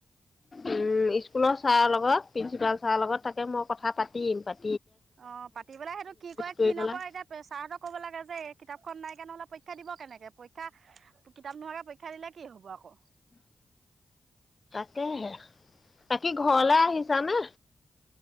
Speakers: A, on the left; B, on the right.
A: উম' স্কুলৰ ছাৰৰ লগত প্ৰিন্সিপাল ছাৰৰ লগত, তাকে মই কথা পাতিম পাতিম।
B: অহ' পাতি পেললে সেইটো কি কৰে
A: কৰি
B: কি
A: পেলাই
B: নকৰে এতিয়া ছাৰতক ক'ব লাগে যে এই কিতাপ। নাই কেনে পৰীক্ষা দিব কেনেকে, পৰীক্ষা কিতাপ নোহোৱাকে পৰীক্ষা দিলে। কি হ'ব আকৌ?
A: তাকহে, বাকী ঘৰলে আহিছানে।